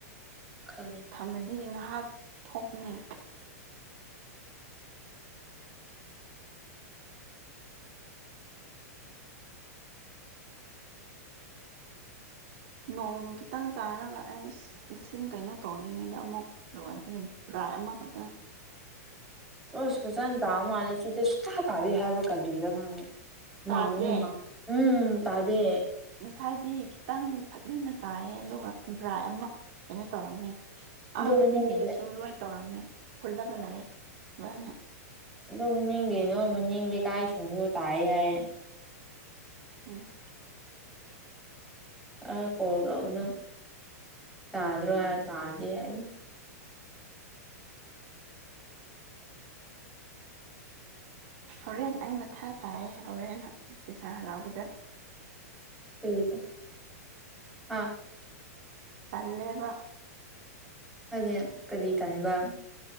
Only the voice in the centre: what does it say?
ꯈꯜꯂꯦ
ꯑꯣꯁ ꯐꯖꯅ ꯇꯥꯕ ꯃꯥꯜꯂꯦ ꯁꯤꯗ ꯁꯨꯇꯥ ꯇꯥꯗꯦ ꯍꯥꯏꯕ ꯀꯜꯂꯤꯔ ꯈꯪꯉꯦ
ꯃꯪꯉꯥ ꯃꯪꯉꯥ ꯎꯝ ꯇꯥꯗꯦ
ꯑꯗꯨ
ꯃꯅꯨꯡꯗ
ꯑꯗꯨ ꯃꯅꯤꯡꯒꯤ ꯅꯣꯏ ꯃꯅꯤꯡ ꯂꯩꯀꯥꯏꯁꯤꯡꯁꯨ ꯇꯥꯏ ꯍꯥꯏ
ꯑꯥ ꯀꯣꯜ ꯇꯧꯕꯗꯥ ꯇꯥꯗꯔꯥ ꯍꯥꯏꯔꯒꯥ l
ꯀꯔꯤꯗꯥ ꯍꯥꯥ
<unintelligible> ꯀꯔꯤ ꯇꯟꯕ